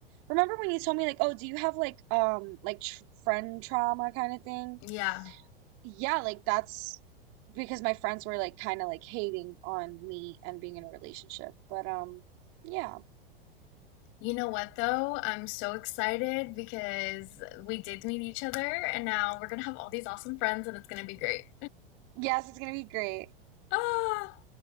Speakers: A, on the right (about 45°); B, on the left (about 40°).
A: remember when you told me like, "Oh, do you have like um like tr friend trauma kind of thing?"
B: Yeah.
A: yeah, like that's because my friends were like kind of like hating on me and being in a relationship. But um yeah.
B: You know what though? I'm so excited because we did meet each other and now we're gonna have all these awesome friends and it's gonna be great.
A: Yes, it's gonna be great.
B: Ah.